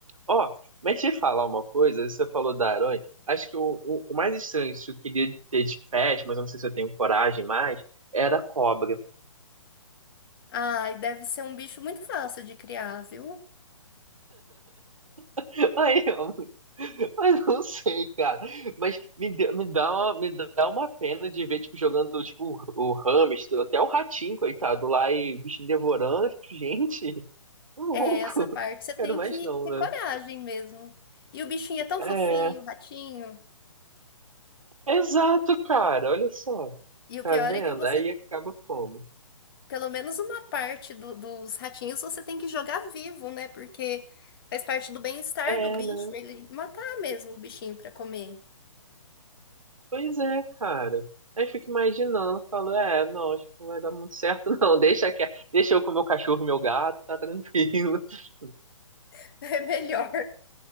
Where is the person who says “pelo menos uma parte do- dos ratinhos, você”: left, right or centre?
Left